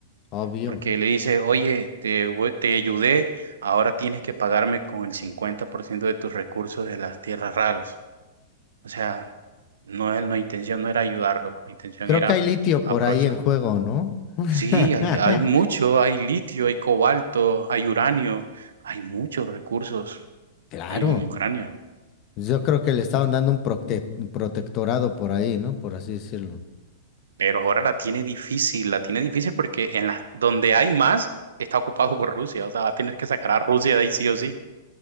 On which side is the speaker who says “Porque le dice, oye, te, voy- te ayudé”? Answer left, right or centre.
Right